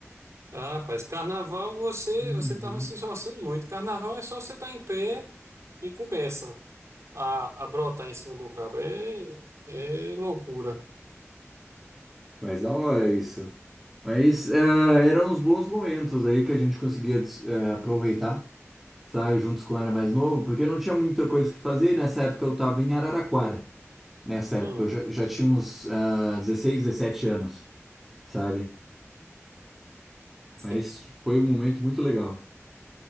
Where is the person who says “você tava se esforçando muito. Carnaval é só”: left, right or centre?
Right